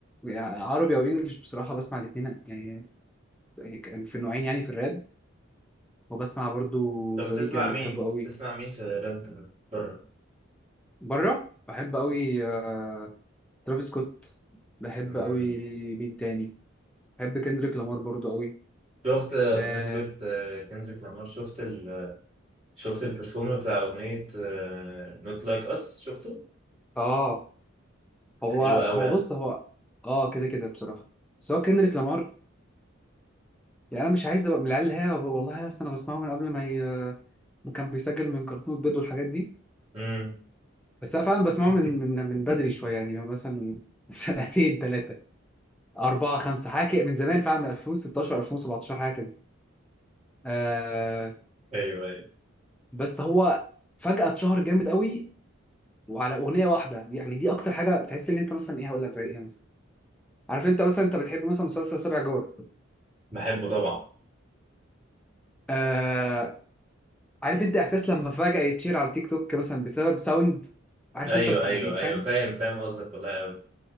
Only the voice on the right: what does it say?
طب
بتسمع
مين
بتسمع مين في راب بره
امم
شفت بنسبه
آه، كندريك لامار شفت ال... شفت البرفورم بتاع اغنيه نوت لايك اس شفته
حلو قوي
ها
امم
<laughs>
ايوه ايوه
بحبه طبعا
ايوه
ايوه
ايوه فاهم فاهم قصدك والله قوي